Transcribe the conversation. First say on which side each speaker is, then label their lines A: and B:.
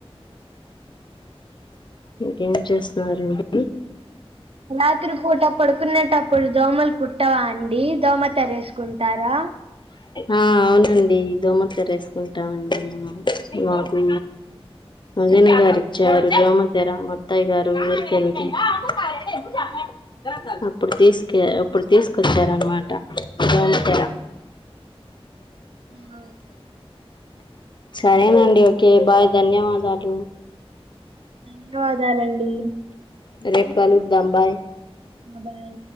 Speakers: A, on the left (about 50°); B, on the right (about 65°).
A: ఇంకేం చేస్తున్నారండి
B: రాత్రి పూట పడుకునేటప్ అప్పుడు దోమలు కుట్టావా అండి దోమ తెరేసుకుంటారా
A: ఆ అవునండి దోమత్తర ఎసుకుంటామండి మేము మాకు అజన్ గారు ఇచ్చారు దోమతేర ముత్తాయి గారు ఊరిక వెళ్తే ఏహే ఎగ్గు చాంలెట్ అప్పుడు తీస్కే, అప్పుడు తీసుకొచ్చారనమాట దోమతెర
B: ఆ
A: సరేనండి ఓకే బాయ్, ధన్యవాదాలు.
B: న్యవాదాలండి.
A: రేపు కలుద్దాం బాయ్.
B: ఇంగా బాయ్.